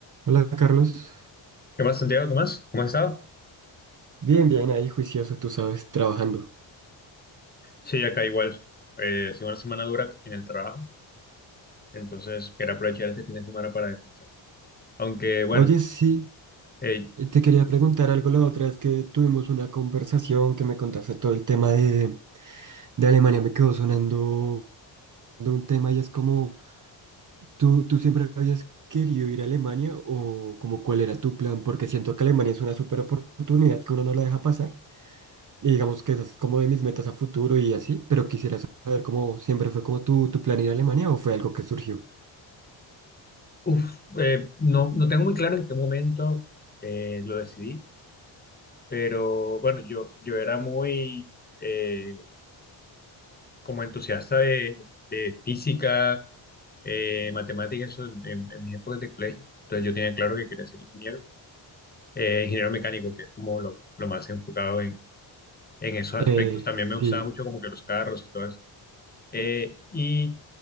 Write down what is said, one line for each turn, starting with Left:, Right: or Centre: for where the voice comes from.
Right: Hola Carlos,
Left: ¿Qué más, Santiago? ¿Qué más? ¿Cómo has estado?
Right: bien, bien, ahí juicioso, tú sabes, trabajando.
Left: Sí, acá igual. Eh, ha sido una semana dura en el trabajo, entonces quería aprovechar este fin de semana para descansar. Aunque, bueno,
Right: Oye, sí,
Left: eh,
Right: eh, te quería preguntar algo la otra vez que tuvimos una conversación que me contaste todo el tema de, de Alemania, me quedó sonando de un tema y es como, ¿tú, tú siempre habías querido ir a Alemania o como cuál era tu plan? Porque siento que Alemania es una súper oportunidad que uno no la deja pasar y digamos que esa es como de mis metas a futuro y así, pero quisiera saber cómo siempre fue como tu, tu plan ir a Alemania o fue algo que surgió.
Left: uf, eh, no, no tengo muy claro en qué momento eh, lo decidí, pero bueno, yo, yo era muy eh, como entusiasta de, de física, eh, matemáticas, eso en, en- en mis épocas de colegio. Entonces yo tenía claro que quería ser ingeniero, eh, ingeniero mecánico, que es como lo, lo más enfocado en esos aspectos.
Right: Eh,
Left: También me
Right: sí.
Left: gustaba mucho como que los carros y todo eso. Eh, y